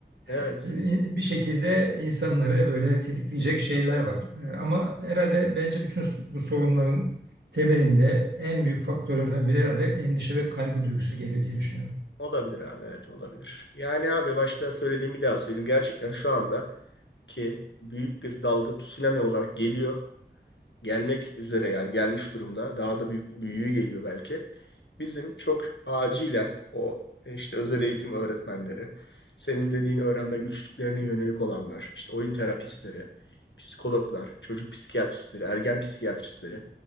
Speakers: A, on the right (about 70°); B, on the left (about 80°).
A: <laughs>
B: Evet.
A: bir şekilde insanları böyle tetikleyecek şeyler var. Ee, Ama herhalde bence bütün bu sorunların temelinde en büyük faktörlerden biri herhalde endişe ve kaygı duygusu geliyor diye düşünüyorum.
B: Olabilir abi. Evet olabilir. Yani abi başta söylediğim bir daha söyleyeyim. Gerçekten şu anda ki büyük bir dalga tsunami olarak geliyor. gelmek üzere yani gelmiş durumda. Daha da büyük büyüğü geliyor belki. Bizim çok acilen o e, işte özel eğitim öğretmenleri, senin dediğin öğrenme güçlüklerine yönelik olanlar, işte oyun terapistleri, psikologlar, çocuk psikiyatristleri, ergen psikiyatristleri.